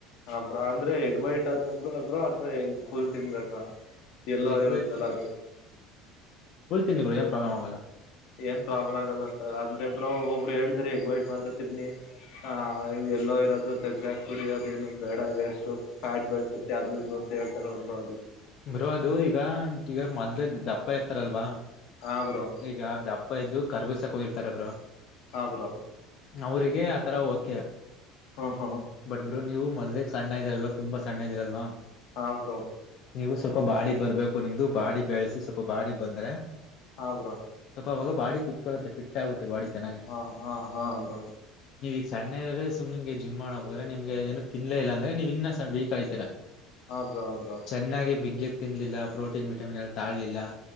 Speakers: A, on the left; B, on the left.
A: ಹಬ್ರ ಅಂದ್ರೆ ಎಗ್ ವೈಟ್ ಅಥ ಒಬ್್ರ ಅಬ್ರ ಅಥವಾ ಎಗ್ ಫುಲ್ ತಿನ್ಬೇಕಾ ಎಲ್ಲ
B: ಎಗ್
A: ಇರುತ್ತಲ್ಲ ಅದು
B: ಉಳ್ಿತೀನಿ್ರ ಏ ಪ್ರಾಬ್ಲ್ ಆಗಲ್ಲ
A: ಏನ್ ಪ್ರಾಬ್ಲಮ್ ಆಗಲ್ಲ ಸರ್ ಅಂದ್ರೆಬ್ಬ್ರ ಒಬ್ರು ಹೇಳ್ದ್ರ ಈಗ್ ಬಯಟ್ ಮಾತ್ರ ತಿರ್ನಿ ಆ ಎಲ್ಲೋ ಇರೋದು ತೆಗ್ದ ಕುಡಿರೋದ ೇನು ಬೇಡ ವೇಸ್ಟ್ು ಫ್ಯಾಟ್ ಬೆಳಸುತ್ತೆ ಅದು ಇದು ಅಂತ ಹೇಳ್ತಾರೆ ಒಬ್ರು ಅದಕ್ಕೆ
B: ಬರು ಅದು ಈಗ ಈಗ ಮದ್ೆ ದಪ್ಪ ಇರ್ತಾರಲ್ವಾ
A: ಹಾ ಬ್ರೋ
B: ಈಗ ಅಪ್ಪ ಇದ್ದು ಕರ್ಗುಸಕ ಹೋಗಿರ್ತಾರಬ್ರು
A: ಆಬ್ರೋ
B: ಅವ್ರಿಗೆ ಆತರ ಓಕೆ
A: ಹಾ ಹಾ
B: ಬಟ್ ನೀವು ಮೊದ್ಲೇ ಸಣ್ಣ ಇದ್ದರಲ್ವ ತುಂಬಾ ಸಣ್ಣ ಇದ್ದಿರಲ್ವಾ
A: ಹಾ ಬ್ರೋ
B: ನೀವು ಸ್ವಲ್ಪ ಬಾಡಿ ಬರ್ಬೇಕು ನಿಮ್ದು ಬಾಡಿ ಬೆಳೆಸಿ ಸ್ವಲ್ಪ ಬಾಡಿ ಬಂದ್ರೆ
A: ಹಾ ಬ್ರೋ
B: ಸ್ವಲ್ಪ ಅವಾಗ ಬಾಡಿ ಕತ್ಕೊಳ್ಳುತ್ತೆ ಫಿಟ್ ಆಗುತ್ತೆ ಬಾಡಿ ಚೆನ್ನಾಗಿ
A: ಹಾ ಹಾ ಹಾ ಬ್ರೋ
B: ನೀವ ಈಗ ಸಣ್ಣರ ಸುಮ್ ನಿಂಗೆ ಜಿಮ್ ಮಾಡಕೋದ್ರೆ ನಿಮ್ಗೆ ಏನು ತಿನ್ಲ ಇಲ್ಲ ಅಂದ್ರೆ ನೀವ್ ಇನ್ನ ವೀಕ್ ಆಗ್ತೀರಾ
A: ಹಾ ಬ್ರೋ ಬ್ರೋ
B: ಚೆನ್ನಾಗಿ ಬಿಗಕ್ ತಿನ್ಲಿಲ್ಲ ಪ್ರೋಟೀನ್ ವಿಟಮಿನ್ ತಗೊಂಡಿಲ್ಲ